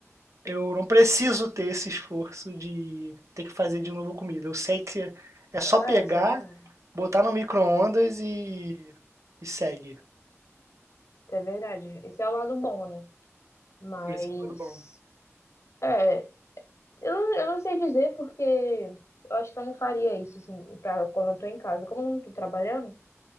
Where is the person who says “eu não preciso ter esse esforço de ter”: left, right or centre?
Right